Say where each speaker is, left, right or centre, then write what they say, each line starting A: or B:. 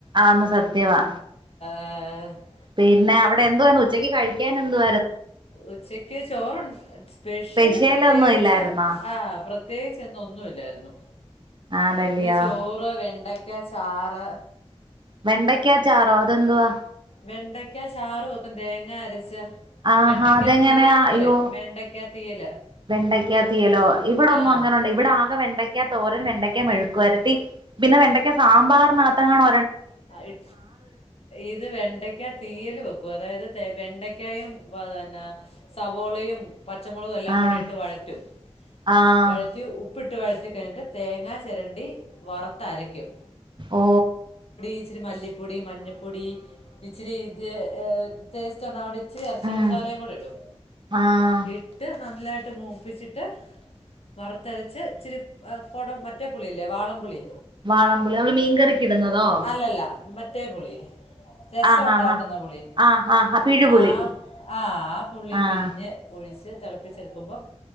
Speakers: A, on the right (about 45°); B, on the left (about 65°).
A: ആന്ന് സത്യവാ
B: ആ ആ
A: പിന്നെ അവിടെ എന്ത് വ ഉച്ചക്ക് കഴിക്കാൻ എന്ത്‌ വ
B: ഉച്ചക്ക് ചോറു ണ്ട് സ്പെഷ്യല്
A: സ്പെഷ്യലൊന്നും
B: പ്രത്യേകിച്ച്
A: ഇല്ലായിരുന്നോ
B: ആ പ്രത് പ്രത്യേകിച്ച് ഇന്ന് ഒന്നുമില്ലായിരുന്നു
A: ആന്നല്ലിയോ
B: എന്ന് ചോറ് വെണ്ട ക്കാ ചാറ്
A: വെണ്ടയ്ക്കാ ചാറോ അതെന്തുവാ
B: വെണ്ടയ്ക്കാ ചാറ് വക്കും തേങ്ങ അരച്ച്
A: ആഹാ
B: വെണ്ടയ്ക്ക
A: അതെങ്ങനെയാ
B: തീയലെന്ന്
A: അയ്യോ
B: പറയും വെണ്ടയ്ക്ക തീയല്
A: വെണ്ടയ്ക്ക
B: തെ
A: തീയലോ ഇവിടെന്നും
B: ആഹ്
A: അങ്ങനണ്ട് ഇവിടെ ആകെ വെണ്ട ക്ക തോരൻ വെണ്ടയ്ക്കാ മെഴുക്കുപെരട്ടി പിന്നെ വെണ്ടക്ക സാമ്പാറിനാ ത്തെങ്ങാണൊ
B: ഇ ഇത് വെണ്ടയ്ക്ക തീയൽ വെക്കും അതായത് വെണ്ടയ്ക്കായും വയ ന്ന സവോളയും പച്ചമുളകും എല്ലാം
A: ആഹ്
B: കൂടി ഇട്ട് വഴറ്റും
A: ആഹ്
B: വഴറ്റി ഉ പ്പിട്ട് വഴറ്റി കഴിഞ്ഞിട്ട് തേങ്ങാ ചിരണ്ടി വറുത്തരയ്ക്കും
A: ഓ
B: ഇച്ചിരി മല്ലി പൊടി മഞ്ഞപ്പൊടി ഇച്ചിരി തെ ടേസ്റ്റുണ്ടാവേണ്ടി ഇച്ചിരി എറച്ചി
A: ഉം
B: മസാലയും കൂടി ഇടും
A: ആഹ്
B: ഇട്ട് നല്ലായിട്ട് മൂപ്പിച്ചിട്ട് വറുത്തരച്ച് ഇച്ചിരി കുടം മറ്റേ പുളില്ലേ വാളംപുളി
A: വാളംപുളി നമ്മള് മീൻകറിക്കി ഇടുന്നതോ
B: അല്ലല്ല മ റ്റേ പുളി രസം
A: ആഹ്
B: ഉണ്ടാക്കുന്ന
A: ആഹ് ആഹ്
B: പുളി
A: ആഹ് ആഹ് പിഴുപുളി
B: ആ ആ പുളി
A: ആഹ്
B: പിഴിഞ്ഞ് ഒഴിച്ച് തിളപ്പിച്ചെടുക്കുമ്പോം